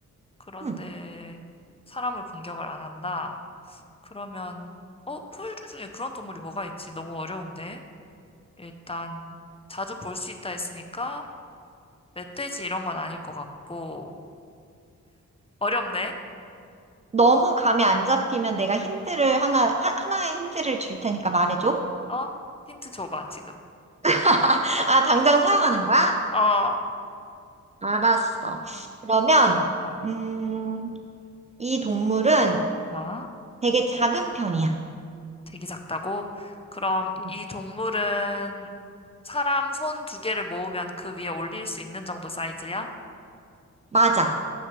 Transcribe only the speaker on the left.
그런데
사람을 공격을 안 한다. 그러면, 어, 포유류 중에 그런 동물이 뭐가 있지? 너무 어려운데? 일단, 자주 볼 수 있다 했으니까, 멧돼지 이런 건 아닐 것 같고, 어렵네?
어? 힌트 줘봐, 지금.
어,
어,
아?
되게 작다고? 그럼
이 동물은 사람 손 두 개를 모으면 그 위에 올릴 수 있는 정도 사이즈야?